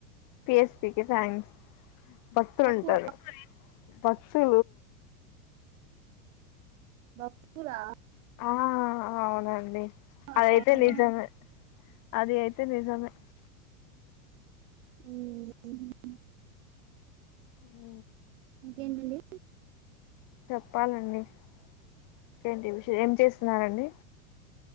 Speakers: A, on the left (about 45°); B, on the right (about 65°).
A: పీఎస్ పీకే ఫ్యాన్స్ భక్తులు
B: తక్కువ
A: ఉంటారు పతు
B: బక్రా
A: ఆ అవునండి
B: ఆహా
A: అదైతే నిజం అది అయితే నిజమే
B: అ
A: ఉ
B: ఏండి
A: చెప్పాలండికేంటి విష ఏం చేస్తున్నండి